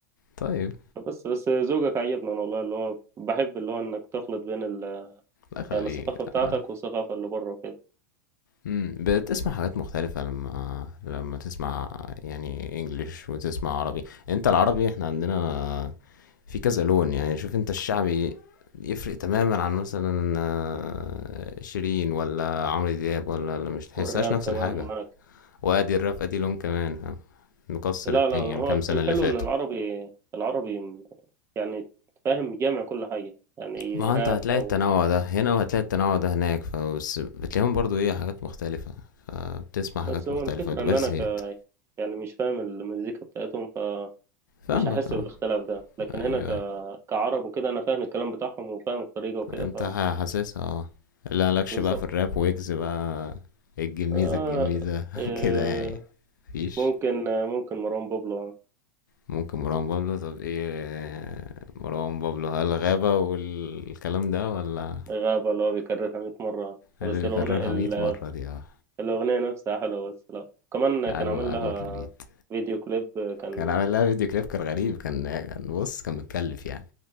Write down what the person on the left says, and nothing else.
طيب
لا خليك
اه
امم بتسمع حاجات مختلفه لما لما تسمع يعني انجليش وتسمع عربي انت العربي احنا عندنا في كذا لون يعني شوف انت الشعبي يفرق تماما عن مثلا آه، شيرين ولا عمرو دياب ولا ولا مش تحسهاش
نفس
الحاجة
وادي الراب ادي لون كمان ها مكسر
الدنيا
الكام
سنة
اللي فاتوا
ما هو
انت هتلاقي
التنوع ده هنا وهتلاقي التنوع ده هناك فبس بتلاقيهم برضو ايه حاجات مختلفة فبتسمع حاجات
مختلفة
متبقاش
زهقت
فاهمك
اه
ايوه
ايوه
انت ح- حاسسها اه لا لكش
بقى في الراب ويجز بقى الجميزة
الجميزة <laughs>
كده يعني مفيش
ممكن مروان بابلو طب ايه آه، مروان بابلو هل غابة والكلام ده ولا
اللي
بيكررها
مية مرة دي اه
عجبك
عجبك
البيت
كان عامل لها فيديو كليب كان غريب كان كان بص كان متكلف يعني